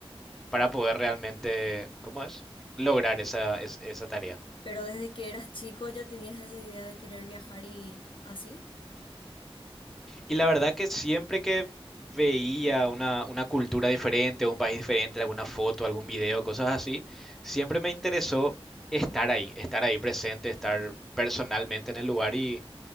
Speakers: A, in the centre; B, on the left.
A: para poder realmente, ¿cómo es? Lograr esa, es- esa tarea.
B: Pero desde que eras chico ya tenías esa idea de querer viajar y así.
A: Y la verdad que siempre que veía una, una cultura diferente, un país diferente, alguna foto, algún video, cosas así, siempre me interesó estar ahí, estar ahí presente, estar personalmente en el lugar y,